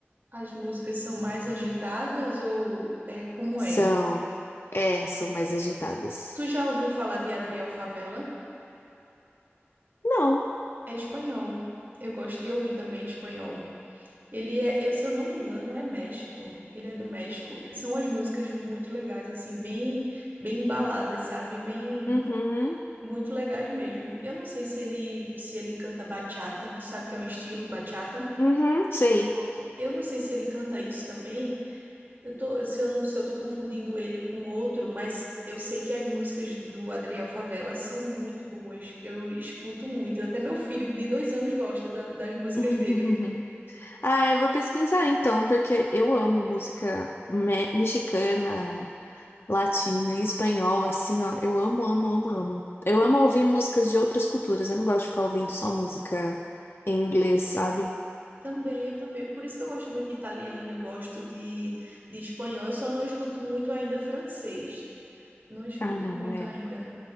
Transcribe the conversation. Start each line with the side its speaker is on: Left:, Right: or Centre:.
Right: as músicas são mais agitadas ou é como
Left: São.
Right: é?
Left: É, são mais agitadas.
Right: Tu já ouviu falar de Adriel Favela?
Left: Não.
Right: É espanhol. Eu gosto de ouvir também espanhol. Ele é, eu, se eu não me engano, é México. Ele é do México. São as músicas muito legais, assim, bem, bem embaladas, sabe? Bem,
Left: Uhum.
Right: muito legais mesmo. Eu não sei se ele, se ele canta bachata. Tu sabe que é um estilo bachata?
Left: Uhum, sei.
Right: Pronto. Eu não sei se ele canta isso também. Eu tô, se eu, se eu tô confundindo ele com outro, mas eu sei que as músicas do Adriel Favela são muito boas. Eu escuto muito. Até meu filho, de dois anos, gosta da- das músicas
Left: <laughs>
Right: dele.
Left: Ah, eu vou pesquisar então, porque eu amo música me- mexicana. Latina, em espanhol, assim, ó. Eu amo, amo, amo, amo. Eu
Right: Pronto.
Left: amo ouvir músicas de outras culturas. Eu não gosto de ficar ouvindo só música em inglês, sabe?
Right: Também, eu também. Por isso que eu gosto muito de italiano, eu gosto de, de espanhol. Eu só não escuto muito ainda francês. Não escuto
Left: Ah, não,
Right: muito
Left: é.
Right: ainda.